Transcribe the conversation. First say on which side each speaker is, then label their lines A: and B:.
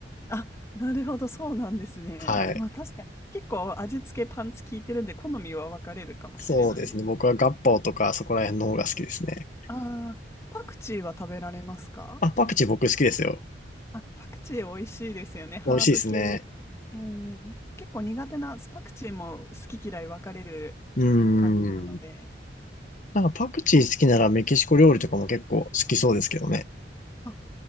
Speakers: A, on the left (about 15°); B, on the left (about 45°).
A: あ、なるほど、そうなんですね。
B: はい。
A: まあ確かに、結構味付けパンチ効いてるんで、好みは分かれるかもしれないですね。
B: そうですね。僕はガッパオとかそこら辺の方が好きですね。
A: ああ、パクチーは食べられますか
B: あ、パクチー僕好きですよ。
A: あ、パクチー美味しいですよね、ハーブ系。
B: 美味しいですね。
A: えー結構苦手な、パクチーも好き嫌い分かれる
B: うー
A: 感じなので。
B: ん。なんかパクチー好きならメキシコ料理とかも結構好きそうですけどね。
A: あ、